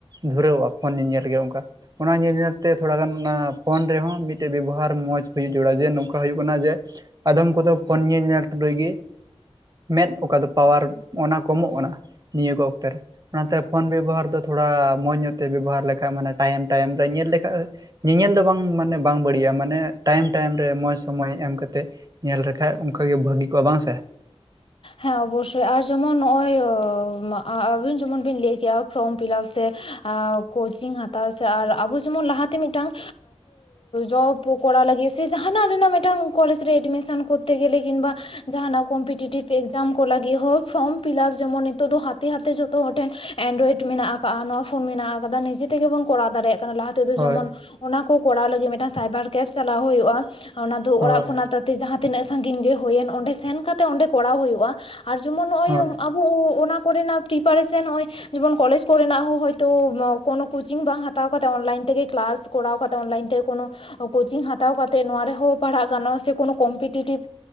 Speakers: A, on the right; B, on the left.
A: ᱫᱷᱩᱨᱟᱹᱣᱚᱜᱼᱟ ᱯᱷᱳᱱ ᱧᱮᱧᱮᱞ ᱜᱮ ᱚᱱᱠᱟ ᱚᱱᱟ ᱧᱮᱞ ᱧᱮᱞ ᱛᱮ ᱛᱷᱚᱲᱟ ᱜᱟᱱ ᱚᱱᱟ, ᱯᱷᱳᱱ ᱨᱮᱦᱚᱸ ᱢᱤᱫᱴᱮᱡ ᱵᱮᱵᱚᱦᱟᱨ ᱢᱚᱸᱡᱽ ᱦᱩᱭᱩᱜ ᱡᱚᱲᱟ ᱡᱮ ᱱᱚᱝᱠᱟ ᱦᱩᱭᱩᱜ ᱠᱟᱱᱟ ᱡᱮ, ᱟᱫᱚᱢ ᱠᱚᱫᱚ ᱯᱷᱳᱱ ᱧᱮ ᱧᱮᱞ ᱴᱩᱞᱩᱡ ᱜᱮᱼᱼ ᱢᱮᱸᱫ ᱚᱠᱟ ᱫᱚ ᱯᱟᱣᱟᱨ ᱚᱱᱟ ᱠᱚᱢᱚᱜ ᱠᱟᱱᱟ ᱱᱤᱭᱟᱹ ᱠᱚ ᱚᱠᱛᱮ ᱨᱮ ᱾ ᱚᱱᱟᱛᱮ ᱯᱷᱳᱱ ᱵᱮᱵᱚᱦᱟᱨ ᱫᱚ ᱛᱷᱚᱲᱟ ᱢᱚᱸᱡᱽ ᱧᱚᱜ ᱛᱮ ᱵᱮᱵᱚᱦᱟᱨ ᱞᱮᱠᱷᱟᱡ ᱢᱟᱱᱮ ᱴᱟᱭᱤᱢ ᱴᱟᱭᱤᱢ ᱨᱮ ᱧᱮᱞ ᱞᱮᱠᱷᱟᱡ, ᱧᱮᱧᱮᱞ ᱫᱚ ᱵᱟᱝ ᱢᱟᱱᱮ ᱵᱟᱝ ᱵᱟᱹᱲᱤᱡᱼᱟ ᱢᱟᱱᱮ ᱴᱟᱭᱤᱢ ᱴᱟᱭᱤᱢ ᱨᱮ ᱢᱚᱸᱡᱽ ᱥᱚᱢᱚᱭ ᱮᱢ ᱠᱟᱛᱮᱫ ᱾ ᱧᱮᱞ ᱞᱮᱠᱷᱟᱡ ᱚᱱᱠᱟᱜᱮ ᱵᱷᱟᱹᱜᱤ ᱠᱚᱜᱼᱟ ᱵᱟᱝ ᱥᱮ ᱾
B: ᱦᱮᱸ ᱚᱵᱚᱥᱳᱭ ᱟᱨ ᱡᱮᱢᱚᱱ ᱱᱚᱜ ᱚᱭ ᱟᱹᱵᱤᱱ ᱡᱮᱢᱚᱱ ᱵᱤᱱ ᱞᱟᱹᱭ ᱠᱮᱜᱼᱟ ᱯᱷᱨᱚᱢ ᱯᱷᱤᱞᱟᱯ ᱥᱮ, ᱠᱳᱪᱤᱝ ᱦᱟᱛᱟᱣ ᱥᱮ ᱟᱨ ᱟᱵᱚ ᱡᱮᱢᱚᱱ ᱞᱟᱦᱟᱛᱮ ᱢᱤᱫᱴᱟᱝ ᱡᱚᱵᱼᱼ ᱯᱚ ᱠᱚᱨᱟᱣ ᱞᱟᱹᱜᱤᱫ ᱥᱮ ᱡᱟᱦᱟᱱᱟᱜ ᱨᱮᱱᱟᱜ ᱢᱤᱫᱴᱟᱝ ᱠᱚᱞᱮᱡᱽ ᱨᱮ ᱮᱰᱢᱤᱥᱮᱱ ᱠᱚᱨᱛᱮ ᱜᱮᱞᱮ ᱠᱤᱢᱵᱟ ᱡᱟᱦᱟᱱᱟᱜ ᱠᱚᱢᱯᱤᱴᱤᱴᱤᱵᱽᱼᱼ ᱮᱠᱡᱟᱢ ᱠᱚ ᱞᱟᱹᱜᱤᱫ ᱦᱚᱸ ᱯᱷᱨᱚᱢ ᱯᱷᱤᱞᱟᱯ ᱡᱮᱢᱚᱱ ᱱᱤᱛᱚᱜ ᱫᱚ ᱦᱟᱛᱮ ᱦᱟᱛᱮ ᱡᱷᱚᱛᱚ ᱦᱚᱲ ᱴᱷᱮᱱ ᱮᱱᱰᱨᱚᱭᱮᱰ ᱢᱮᱱᱟᱜᱼᱟ ᱾ ᱠᱟᱜ-ᱟ ᱱᱚᱣᱟ ᱯᱷᱳᱱ ᱢᱮᱱᱟᱜ ᱟᱠᱟᱫᱟ ᱱᱤᱡᱮ ᱛᱮᱜᱮᱵᱚᱱ ᱠᱚᱨᱟᱣ ᱫᱟᱲᱮᱭᱟᱜ ᱠᱟᱱᱟ ᱞᱟᱦᱟᱼᱼ ᱛᱮᱫᱚ ᱡᱮᱢᱚᱱ
A: ᱦᱳᱭ
B: ᱚᱱᱟ ᱠᱚ ᱠᱚᱨᱟᱣ ᱞᱟᱹᱜᱤᱫ ᱢᱤᱫᱴᱟᱝ ᱥᱟᱭᱵᱟᱨ ᱠᱮᱯ ᱪᱟᱞᱟᱣ ᱦᱳᱭᱳᱜᱼᱟ ᱾ ᱚᱱᱟ ᱫᱚ ᱚᱲᱟᱜ
A: ᱦᱳᱭ
B: ᱠᱷᱚᱱᱟᱜ ᱛᱟᱛᱮ ᱡᱟᱦᱟᱸ ᱛᱤᱱᱟᱹᱜ ᱥᱟᱺᱜᱤᱧ ᱜᱮ ᱦᱩᱭᱮᱱ ᱚᱸᱰᱮ ᱥᱮᱱ ᱠᱟᱛᱮᱜ ᱚᱸᱰᱮ ᱠᱚᱨᱟᱣ ᱦᱳᱭᱳᱜᱼᱟ ᱾ ᱟᱨ ᱡᱮᱢᱚᱱ ᱱᱚᱜᱼᱚᱭ,
A: ᱦᱳᱭ
B: ᱟᱵ ᱚᱱᱟ ᱠᱚᱨᱮᱱᱟᱜ ᱯᱨᱤᱯᱟᱨᱮᱥᱚᱱ ᱱᱚᱜ ᱚᱭ ᱡᱮᱢᱚᱱ ᱠᱚᱞᱮᱡᱽ ᱠᱚᱨᱮᱱᱟᱜ ᱦᱚᱸ ᱦᱚᱭᱛᱚ ᱠᱳᱱᱳ ᱠᱳᱪᱤᱝ ᱵᱟᱝ ᱦᱟᱛᱟᱣ, ᱦᱟᱛᱟᱣ ᱠᱟᱛᱮ ᱚᱱᱞᱟᱭᱤᱱ ᱛᱮᱜᱮ ᱠᱞᱟᱥ ᱠᱚᱨᱟᱣ ᱠᱟᱛᱮ ᱚᱱᱞᱟᱭᱤᱱ ᱛᱮ ᱠᱳᱱᱳᱼᱼ ᱠᱳᱪᱤᱝ ᱦᱟᱛᱟᱣ ᱠᱟᱛᱮᱜ ᱱᱚᱣᱟ ᱨᱮᱦᱚᱸ ᱯᱟᱲᱦᱟᱜ ᱜᱟᱱᱚᱜᱼᱟ ᱥᱮ ᱠᱳᱱᱳ ᱠᱚᱢᱯᱤᱴᱤᱴᱤᱵᱷᱼᱼ